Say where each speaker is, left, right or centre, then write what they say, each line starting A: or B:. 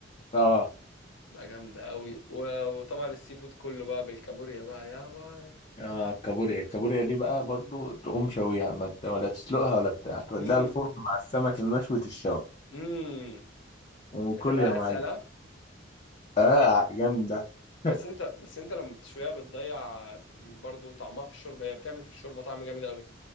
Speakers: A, on the left; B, on the left.
A: اه
B: بقى جامدة قوي و- وطبعا السي فود كله بقى بالكابوريا بقى يا باي
A: اه الكابوريا الكابوريا دي بقى برضو تقوم شويها ما ت- ولا تسلقها ولا بتاع توديها
B: امم
A: الفرن مع السمك المشوي الشوي
B: امم
A: وكل
B: هتبقى
A: يا معلم
B: اسهل ها؟
A: اه جامدة
B: بس
A: <laughs>
B: انت بس انت لما بتشويها بتضيع برضو طعمها في الشوربة هي بتعمل في الشوربة طعم جامد قوي